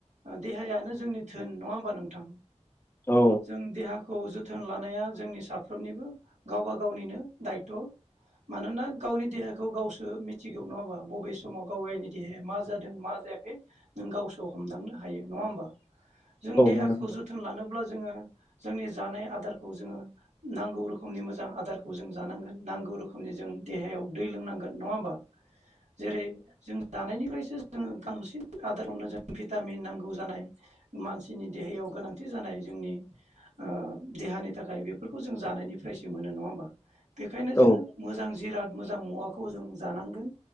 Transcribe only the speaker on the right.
देहायानो जोंनि धोन नङा होमबा नोंथां?
जों देहाखौ जोथोन लानाया जोंनि सा फ्रोमनिबो गावबा गावनिनो दायत'। मानोना गावनि देहाखौ गावसो मि थिगौ नङा होनबा बबे समाव गावयनि देहाया मा जादों मा जायाखै नों गावसो हमदांनो हायो नङा होनबा जों देहाखौ
जोथोन लानोब्ला जोंङो जोंनि जानाय आदारखौ जोंङो नांगौ रोखोमनि मोजां आदारखौ जों जानांगोनांगौ रोखोमनि जों देहायाव दै लोंनांगोन नङा होमबा जेरै जों जानायनि सो जोङो गांसिन आदारावनो जों भिटामिन नांगौ जानाय मानसिनि देहायाव गोनांथि जानाय जोंनि ओ देहानि थाखाय बेफोरखौ जों जानायनिफ्रायसो मोनो नङा होमबा बेखायनो
जोङो मोजां जिराद मोजां मुवाखौ जों जानांगौ